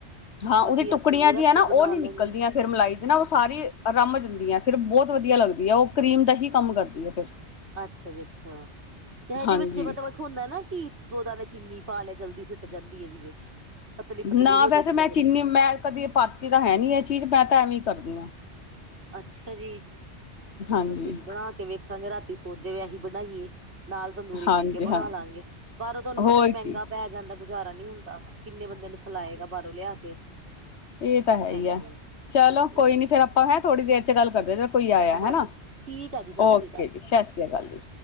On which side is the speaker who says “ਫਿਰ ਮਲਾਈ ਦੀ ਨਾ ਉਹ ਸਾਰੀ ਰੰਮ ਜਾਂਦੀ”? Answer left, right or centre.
Left